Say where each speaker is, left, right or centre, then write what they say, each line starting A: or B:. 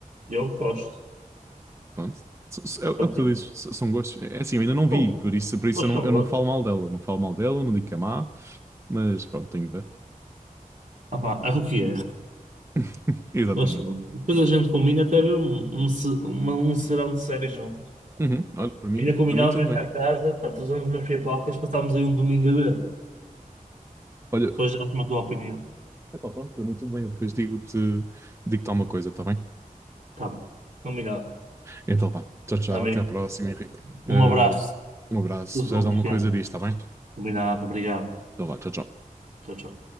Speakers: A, on the right (about 60°); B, on the right (about 20°).
A: Eu gosto.
B: Pronto. S- s- É o
A: É
B: é
A: o
B: o que
A: que
B: tu
A: é.
B: dizes, s- são gostos. É é assim, eu ainda não vi,
A: Bom,
B: por isso, por isso
A: gosto
B: eu não,
A: não
B: eu
A: gosto.
B: não falo mal dela. Não falo mal dela, não digo que é má, mas pronto, tenho de ver.
A: Opa, é o que é.
B: <laughs> Exatamente.
A: Gosto muito. Depois a gente combina até ver um, um, se- uma- um serão de séries juntas.
B: Uhum. Olha, para mim,
A: Ainda combinámos
B: para mim tudo
A: vir
B: bem.
A: cá a casa, pá, trazemos umas pipocas, passámos aí um domingo a ver.
B: Olha,
A: Depois dás-me a tua opinião.
B: epá, pronto, para mim tudo bem. Eu depois digo-te, digo-te alguma coisa, está bem?
A: Tá bom. Combinado.
B: Então vá, tchau, tchau,
A: Amigo,
B: até à próxima, Henrique.
A: um
B: Eh,
A: abraço.
B: um abraço,
A: Tudo
B: se precisares
A: bom,
B: de
A: Cristiano?
B: alguma coisa diz, está bem?
A: Combinado. Obrigado.
B: Então vá, tchau, tchau.
A: Tchau, tchau.